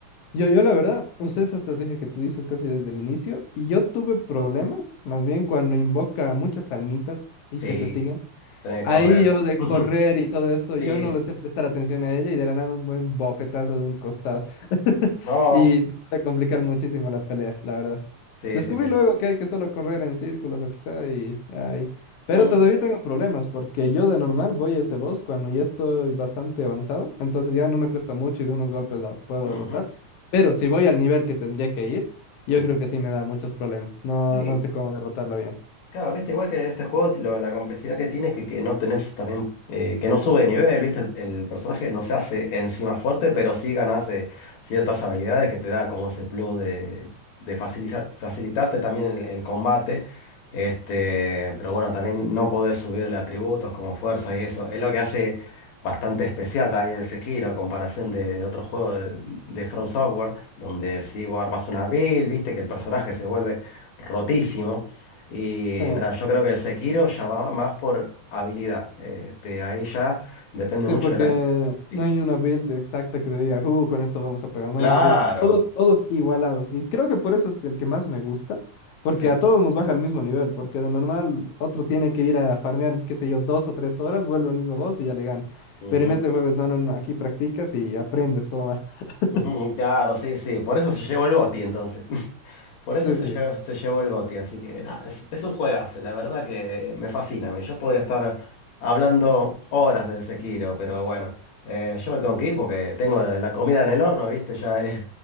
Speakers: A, on the left; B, on the left.
A: Yo, yo la verdad usé esa estrategia que tú dices casi desde el inicio y yo tuve problemas, más bien cuando invoca muchas almitas y
B: Sí,
A: que te siguen.
B: tenés
A: Ahí
B: que correr.
A: yo de
B: <laughs>
A: correr y todo eso, yo
B: Sí,
A: no
B: sí.
A: le sé prestar atención a ella y de la nada un buen bofetazo de un costado. <laughs>
B: No.
A: Y se puede complicar muchísimo la pelea, la verdad.
B: Sí,
A: Descubrí
B: sí, sí.
A: luego que hay que solo correr en círculos o quizá y ahí. Pero
B: Mm,
A: todavía tengo problemas porque yo de normal voy a ese boss cuando ya estoy bastante avanzado, entonces ya no me cuesta mucho y de unos golpes la puedo
B: ujú,
A: derrotar. Pero si voy al nivel que tendría que ir, yo
B: mm.
A: creo que sí me da muchos problemas. No,
B: Sí,
A: no sé cómo derrotarla bien.
B: Claro, viste, igual que este juego, lo- la complejidad que tiene es que, que no tenés también, eh, que no sube de nivel, viste, el, el personaje no se hace encima fuerte, pero sí ganas eh, ciertas habilidades que te da como ese plus de, de facilitar, facilitarte también el, el combate, este, pero bueno, también no podés subirle atributos como fuerza y eso, es lo que hace bastante especial también el Sekiro, a comparación de, otro juego de, de From Software, donde si vos armas una build, viste, que el personaje se vuelve rotísimo. Y
A: sí
B: nada, yo creo que el Sekiro ya va más por habilidad. Este, ahí ya depende
A: Sí,
B: mucho
A: porque
B: de la... Sí,
A: no hay una build exacta que te diga, uh, con esto vamos a pegar más
B: claro.
A: y esto. Todos, todos igualados. Y creo que por eso es el que más me gusta, porque
B: Sí.
A: a todos nos baja al mismo nivel, porque de normal otro tiene que ir a farmear, qué sé yo, dos o tres horas, vuelve al mismo boss y ya le gana.
B: Ujú,
A: Pero en este juego es, no, no, no, aquí practicas y aprendes cómo va. <laughs>
B: <laughs> ujú, Claro, sí, sí. Por eso se llevó el GOTY entonces. <laughs> Por eso
A: Sí,
B: se
A: sí.
B: llevó, se llevó el GOTY. Así que nada, es, es un juegazo. La verdad que me fascina. me Yo podría estar hablando horas del Sekiro, pero bueno, eh, yo me tengo que ir porque tengo la comida en el horno, ¿viste? Ya es,